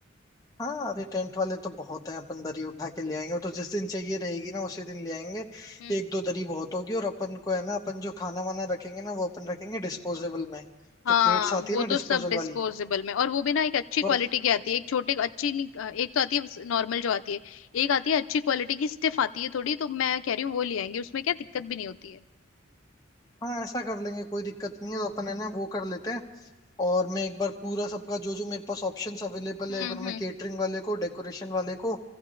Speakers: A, on the left; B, on the left.
A: हाँ अरे टेंट वाले तो बहुत हैं अपन दरी उठा के ले आएंगे वो तो जिस दिन चाहिए रहेगी ना उसी दिन ले आएंगे
B: हम्म
A: एक दो दरी बहुत होगी और अपन को है ना अपन जो खाना वाना रखेंगे ना वो अपन रखेंगे डिस्पोजेबल में
B: हाँ
A: जो प्लेट्स आती
B: वो
A: है ना
B: तो
A: डिस्पोजल
B: सब डिस्पोजेबल
A: वाली
B: में और वो भी ना एक अच्छी
A: वर
B: क्वालिटी की आती है एक छोटे अच्छी नहीं- एक तो आती है नॉर्मल जो आती है एक आती है अच्छी क्वालिटी की स्टिफ आती है थोड़ी तो मैं कह रही हूँ वो ले आएंगे उसमें क्या दिक्कत भी नहीं होती है
A: हाँ ऐसा कर लेंगे कोई दिक्कत नहीं है तो अपन है ना वो कर लेते हैं और मैं एक बार पूरा सबका जो जो मेरे पास ऑप्शंस अवेलेबल
B: हम्म
A: है एक बार
B: हम्म
A: मैं केटरिंग वाले को डेकोरेशन वाले को